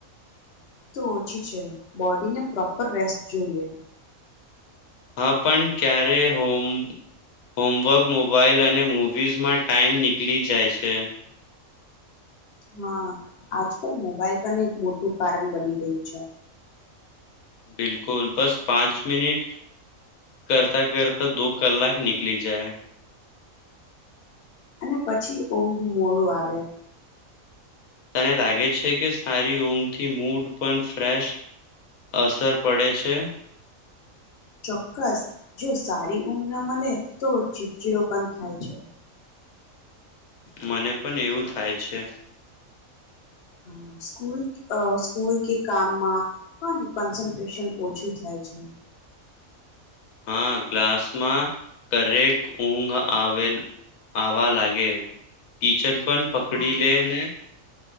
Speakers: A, on the left; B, on the left.
A: તો ઓછી છે બોડીને પ્રોપર રેસ્ટ જોઈએ
B: હા પણ ક્યારેય હોમ હોમવર્ક મોબાાઈલ અને મૂવીઝમાં ટાઈમ નીકળી જાય છે.
A: હા આજકાલ મોબાઈલ પણ એક મોટું કારણ બની ગયું છે.
B: બિલકુલ બસ પાંચ મિનિટ કરતા કર તો દો કલાક નિકલી જાય
A: અને પછી ઊંઘ મોડું આવે
B: તને લાગે છે કે સારી ઊંઘથી મૂડ પણ ફ્રેશ અસર પડે છે.
A: ચોક્કસ જો સારી ઊંઘ ન મલે તો ચીડચીડો પણ થાય છે.
B: મને પન એવું થાય છે.
A: હ સ્કૂલ અ સ્કૂલ કે કામમાં કન્સન્ટ્રેશન ઓછું થાય છે.
B: હા ક્લાસમાં કરેક ઊંઘ આવે આવવા લાગે ટીચર પણ પકડી
A: હા
B: લે ને